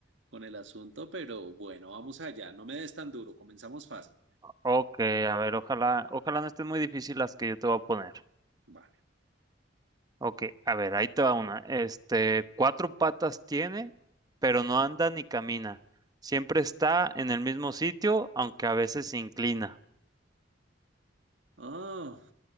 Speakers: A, on the right (about 75°); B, on the right (about 20°).
A: con el asunto, pero bueno, vamos allá. No me des tan duro, comenzamos fácil.
B: Ok, a ver, ojalá, ojalá no estén muy difíciles las que yo te voy a poner.
A: Vale.
B: Ok, a ver, ahí te va una. Este, cuatro patas tiene, pero
A: Ujú.
B: no anda ni camina. Siempre está en el mismo sitio, aunque a veces se inclina.
A: Ah,